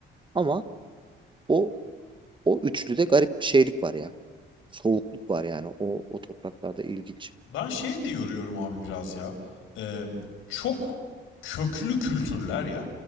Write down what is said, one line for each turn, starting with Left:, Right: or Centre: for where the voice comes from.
Right: Ama o o üçlüde garip bir şeylik var ya. Soğukluk var yani o o topraklarda ilginç.
Left: Ben şey de yoruyorum abi biraz ya. Ee, çok köklü kültürler ya.